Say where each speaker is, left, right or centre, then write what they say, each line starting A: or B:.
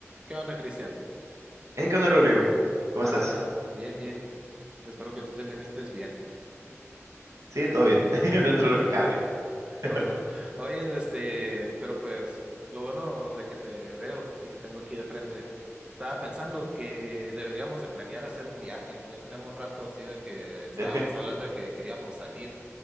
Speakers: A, on the right (about 20°); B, on the right (about 90°).
A: ¿Qué onda, Cristian?
B: Hey, ¿qué onda, Rodrigo? ¿Cómo
A: Nada,
B: estás?
A: bien, bien. Espero que tú también estés bien.
B: Sí, todo bien, <laughs> dentro
A: <laughs>
B: de lo que cabe. <laughs>
A: Qué bueno. Oye, este, pero pues lo bueno de que te veo y te tengo aquí de frente. Estaba pensando que deberíamos de planear hacer un viaje. Ya tenemos rato así de que estábamos
B: Viaje.
A: hablando de que queríamos salir